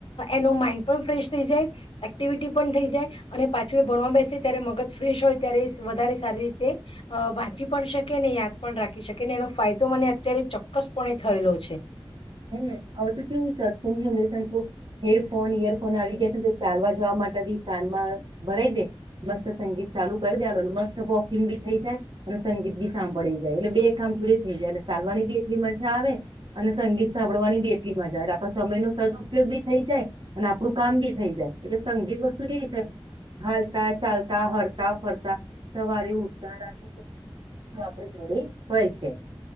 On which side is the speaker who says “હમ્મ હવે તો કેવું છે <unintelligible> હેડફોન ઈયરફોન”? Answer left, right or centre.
Right